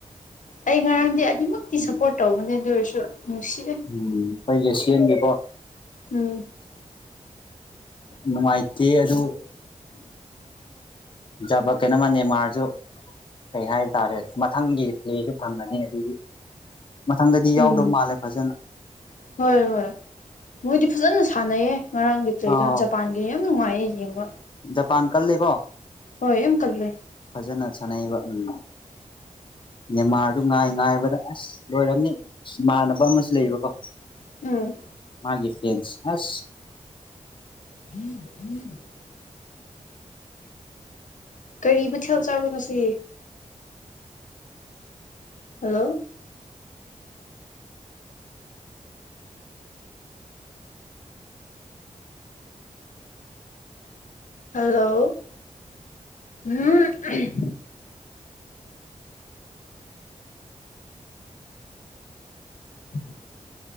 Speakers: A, on the left; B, on the left.
A: ꯑꯩ ꯉꯔꯥꯡꯗꯤ ꯑꯗꯨꯃꯛꯇꯤ
B: ꯎꯝ
A: ꯁꯞꯄꯣꯔꯠ ꯇꯧꯕꯅꯦ ꯑꯗꯨ ꯑꯣꯏꯔꯁꯨ ꯅꯨꯡꯁꯤ
B: ꯎꯝ ꯑꯩꯒꯤ ꯁꯤꯟꯕꯤꯕꯥ
A: ꯎꯝ
B: ꯅꯨꯡꯉꯥꯏꯇꯦ ꯑꯗꯨ ꯖꯕ ꯀꯩꯅꯣꯃ ꯅꯦꯟꯃꯥꯔꯁꯨ ꯀꯩ ꯍꯥꯏꯇꯥꯔꯦ ꯃꯊꯪꯒꯤ ꯄ꯭ꯂꯦꯁꯨ ꯐꯪꯡꯒꯅꯤ ꯑꯗꯨꯒꯤ ꯃꯊꯪꯗꯗꯤ ꯌꯥꯎꯗꯧ
A: ꯎꯝ
B: ꯃꯥꯜꯂꯦ ꯐꯖꯅ
A: ꯍꯣꯏ ꯍꯣꯏ ꯃꯣꯏꯗꯤ ꯐꯖꯅ ꯁꯥꯟꯅꯩꯌꯦ ꯉꯔꯥꯡꯒꯤ ꯄ꯭ꯂꯦꯗꯣ
B: ꯑꯥ
A: ꯖꯄꯥꯟꯒꯤ ꯌꯝ ꯅꯨꯡꯉꯥꯏꯌꯦ ꯌꯦꯡꯕ
B: ꯖꯄꯥꯟ ꯀꯜꯂꯦꯀꯣ
A: ꯍꯣꯏ ꯌꯥꯝ ꯀꯜꯂꯦ
B: ꯐꯖꯅ ꯁꯥꯟꯅꯩꯕ ꯎꯝ ꯅꯦꯃꯥꯔꯗꯨ ꯉꯥꯏ ꯉꯥꯏꯕꯗ ꯑꯁ ꯂꯣꯏꯔꯝꯅꯤ ꯏꯃꯥꯟꯅꯕ ꯑꯃꯁꯨ ꯂꯩꯕꯀꯣ
A: ꯎꯝ
B: ꯃꯥꯒꯤ ꯐꯦꯟꯁ ꯑꯁ
A: <unintelligible> ꯀꯔꯤ ꯃꯊꯦꯜ ꯆꯥꯕ ꯉꯁꯤ ꯍꯜꯂꯣ ꯍꯜꯂꯣ ꯎꯝ <unintelligible>